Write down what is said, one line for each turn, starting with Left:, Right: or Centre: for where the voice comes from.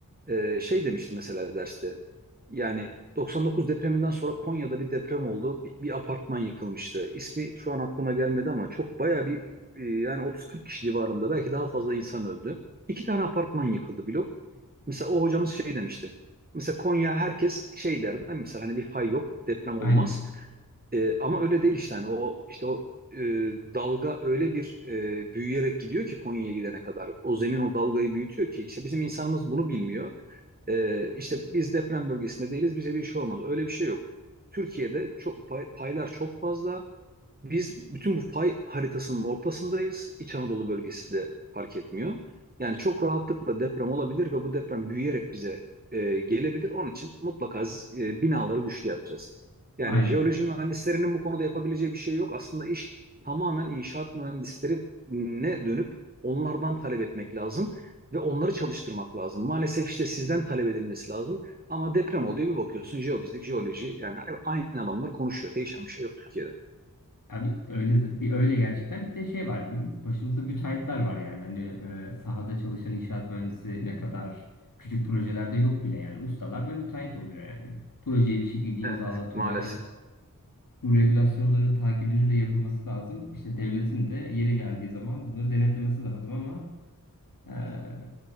Right: Ee, şey demişti mesela derste. Yani 99 depreminden sonra Konya'da bir deprem oldu. Bir, bir apartman yıkılmıştı. İsmi şu an aklıma gelmedi ama çok bayağı bir e, yani 30-40 kişi civarında belki daha fazla insan öldü. İki tane apartman yıkıldı blok. Mesela o hocamız şey demişti. Mesela Konya herkes şey derdi. Mesela hani bir fay yok, deprem
Left: Aynen.
Right: olmaz. E, ama öyle değil işte hani o işte o e, dalga öyle bir e, büyüyerek gidiyor ki Konya'ya gidene kadar. O zemin o dalgayı büyütüyor ki işte bizim insanımız bunu bilmiyor. E, işte biz deprem bölgesinde değiliz bize bir şey olmaz. Öyle bir şey yok. Türkiye'de çok pay- paylar çok fazla. Biz bütün bu fay haritasının ortasındayız. İç Anadolu bölgesi de fark etmiyor. Yani çok rahatlıkla deprem olabilir ve bu deprem büyüyerek bize e, gelebilir. Onun için mutlaka e, binaları güçlü yapacağız. Yani
Left: Aynen
Right: jeoloji
Left: abi.
Right: mühendislerinin bu konuda yapabileceği bir şey yok. Aslında iş tamamen inşaat mühendislerine dönüp onlardan talep etmek lazım ve onları çalıştırmak lazım. Maalesef işte sizden talep edilmesi lazım. Ama deprem oluyor bir bakıyorsun jeofizik, jeoloji yani aynı adamlar konuşuyor. Değişen bir şey yok Türkiye'de.
Left: Abi öyle bir öyle gerçekten bir de şey var. Bir başımızda müteahhitler var yani. Hani e, sahada çalışan inşaat mühendisi ne kadar küçük projelerde yok bile yani ustalar ve müteahhit oluyor yani. Projeyi bir şekilde imzalatıyorlar.
Right: Evet, maalesef.
Left: Hani bu regülasyonların takibinin de yapılması lazım. İşte devletin de yeri geldiği zaman bunları denetlemesi lazım ama Eee,